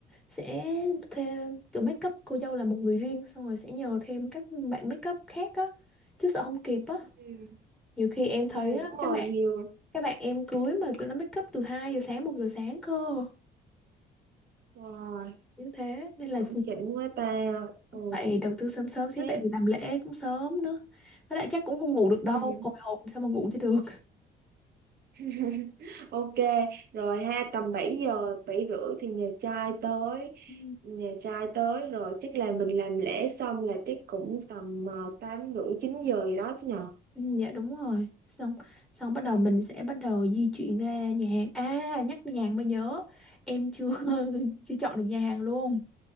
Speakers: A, in the centre; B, on the right.
A: sẽ thêm kiểu make up cô dâu là một người riêng xong rồi sẽ nhờ thêm các bạn make up khác á chứ sợ không kịp á
B: ừ,
A: nhiều khi em thấy
B: ừ đúng
A: á
B: rồi
A: các bạn
B: nhiều
A: các bạn em cưới mà tụi nó make up từ hai giờ sáng một giờ sáng cơ
B: rồi
A: như thế nên là
B: chuẩn chỉnh quá ta ừ
A: phải đầu tư sớm sớm xíu
B: thế
A: tại vì làm lễ cũng sớm nữa với lại chắc cũng không ngủ được
B: ừ.
A: đâu hồi hộp sao mà ngủ cho được
B: <laughs> Ok, rồi ha, tầm 7 giờ, 7 rưỡi thì nhà trai tới.
A: Ừ.
B: Nhà trai tới rồi chắc là mình làm lễ xong là chắc cũng tầm ờ, 8 rưỡi 9 giờ gì đó chứ nhờ.
A: Ừ, Dạ đúng rồi xong xong bắt
B: Ừ,
A: đầu mình sẽ bắt đầu di chuyển ra nhà hàng à nhắc nhà hàng mới nhớ em chưa <laughs> chưa chọn được nhà hàng luôn